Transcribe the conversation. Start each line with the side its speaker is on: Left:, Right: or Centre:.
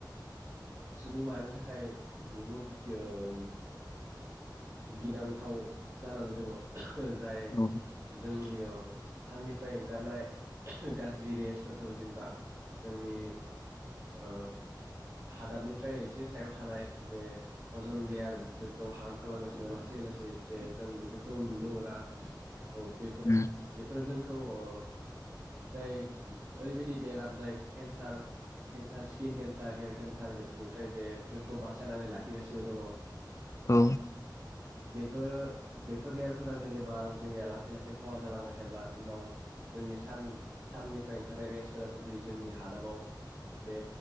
Right: सुबुं माहारिनि थाखाय बुहुद दोय गिनांथाव जानानै दङ जाय
Left: औ
Right: जोंनि ओ साननिफ्राय ओंखारनाय गाज्रि रेसफोरखौ जेनेबा जोंनि ओ हादाबनिफ्राय एसे सायाव थानाय जे अजन लेयार बेफोरखौ हार्म खालामगासिनो लासै लासै जे जों बेफोरखौ नुनो मोना। अ बेफोर
Left: उम
Right: बेफोर जों खौ ओ जाय ओरैबायदि बेराम जाय cancer cancer skin cancer hair cancer बेफोरनिफ्राय जे जोंखौ बासायनानै लाखिगासिनो दङ
Left: औ
Right: बेफो बेफोर लेयारफोरा जेनेबा जोंनिया लासै लासै खहा जालांबाय थायोब्ला उनाव जोंनि सान साननिफ्राय ओंखारनाय रेसफोरा जुदि जोंनि हादाबाव बे